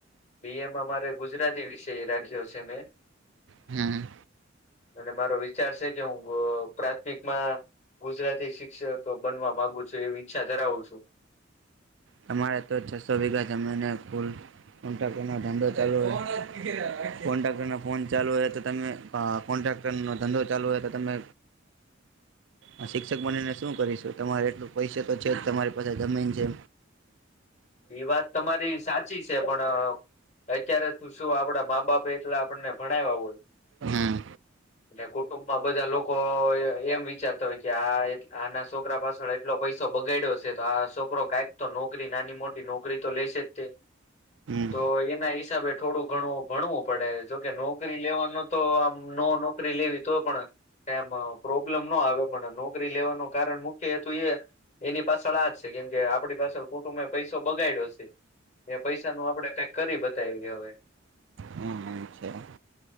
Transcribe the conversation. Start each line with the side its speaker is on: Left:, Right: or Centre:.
Left: બીએ મારે ગુજરાતી વિષય રાખ્યો છે. મેં.
Right: હમ.
Left: અને મારો વિચાર છે કે હું પ્રાથમિકમાં ગુજરાતી શિક્ષક બનવા માંગુ છું, એવી ઈચ્છા ધરાવું છું.
Right: તમારે તો છસો વીઘા જમીનને ફુલ કોન્ટ્રાક્ટ ધંધો ચાલુ હોય, કોન્ટ્રાક્ટ ના ફોન ચાલુ હોય તો તમે કોન્ટ્રાક્ટ કોન્ટ્રાક્ટ નો ધંધો ચાલુ હોય તો તમે હ શિક્ષક બનીને શું કરીશું તમારે એટલું પૈસે તો છે જ તમારી પાસે જમીન છે.
Left: એ વાત તમારી સાચી છે પણ અત્યારે તો શું આપડા મા બાપે એટલા આપણને ભણાયવા હોય.
Right: હમ
Left: ને કુટુંબ માં બધા લોકો એમ વિચારતા હોય કે આ આના સોકરા પાછળ એટલો પૈસો બગાડ્યો સે તો આ સોકરો કાયક તો નોકરી નાની મોટી નોકરી તો લેશે જ તે,
Right: હમ
Left: તો એના હિસાબે થોડું ઘણું ભણવું પડે જોકે નોકરી લેવાનો તો આમ નો નોકરી લેવી તો પણ એમ પ્રોબ્લેમ ન આવે પણ નોકરી લેવાનો કારણ મુખ્ય હેતુ એ એની પાછળ આ જ છે કેમ કે આપડી પાછળ કુટુંબ એ પૈસો બગાડો છે એ પૈસા નું આપડે કઇક કરી બતાવીએ હવે
Right: હમ અચ્છા